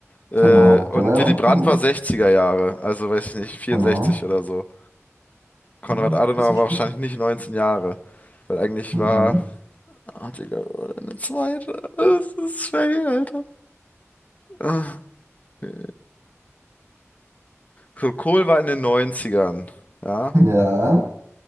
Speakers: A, on the left; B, on the right.
A: äh,
B: Genau,
A: und
B: der war ja
A: Willy
B: auch.
A: Brandt
B: oh,
A: war 60er Jahre, also weiß ich nicht, 64
B: Genau.
A: oder so. Konrad
B: Hm,
A: Adenauer
B: bisschen später.
A: war wahrscheinlich nicht 19 Jahre, weil eigentlich
B: Nee.
A: war, ah, Digga, eine zweite. Das ist schwer, Alter. Ah. nee. So, Kohl war in den Neunzigern, Ja.
B: <laughs> Ja.